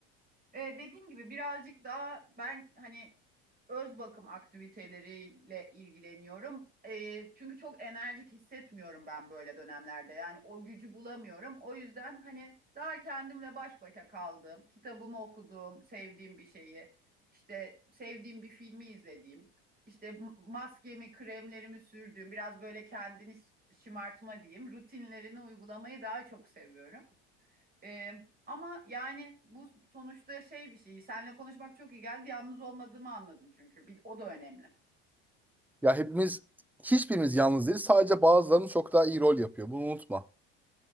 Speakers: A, on the right; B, in the centre.
A: e, dediğim gibi birazcık daha ben hani öz bakım aktiviteleriyle ilgileniyorum. Ee, çünkü çok enerjik hissetmiyorum ben böyle dönemlerde. Yani o gücü bulamıyorum. O yüzden hani daha kendimle baş başa kaldım. Kitabımı okudum, sevdiğim bir şeyi, işte sevdiğim bir filmi izlediğim, işte m- maskemi, kremlerimi sürdüğüm, biraz böyle kendini ş- şımartma diyeyim, rutinlerini uygulamayı daha çok seviyorum. Ee, ama yani bu sonuçta şey bir şey. Seninle konuşmak çok iyi geldi. Yalnız olmadığımı anladım çünkü. Bir, o da önemli.
B: Ya hepimiz hiçbirimiz yalnız değiliz. Sadece bazılarımız çok daha iyi rol yapıyor. Bunu unutma.